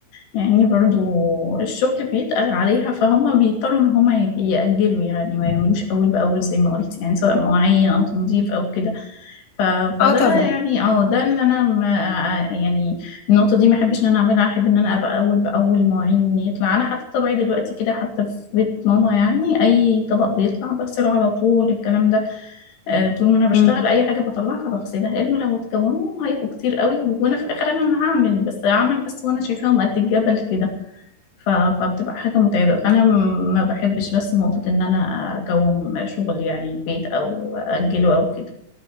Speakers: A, on the left (about 85°); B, on the left (about 45°).
A: يعني برضو الشغل بيتقل عليها فهم بيضطروا إن هم ي- يأجلوا يعني ما يعملوش أول بأول زي ما قلت يعني سواء مواعين أو تنظيف أو كده ف... فده
B: اه طبعا
A: يعني اه ده اللي أنا ما يعني النقطة دي ما أحبش إن أنا أعملها أحب إن أنا أبقى أول بأول مواعين يطلع أنا حتى طبعي دلوقتي كده حتى في بيت ماما يعني أي طبق بيطلع بغسله على طول الكلام ده آه، طول ما انا بشتغل
B: مم.
A: اي حاجه بطلعها بغسلها لانه لو اتكونوا هيبقوا كتير قوي وانا في الاخر انا اللي هعمل بس هعمل بس وانا شايفاهم قد الجبل كده ف... فبتبقى حاجة متعبة فأنا م- ما بحبش بس نقطة إن أنا أكوم شغل يعني بيت أو أجله أو كده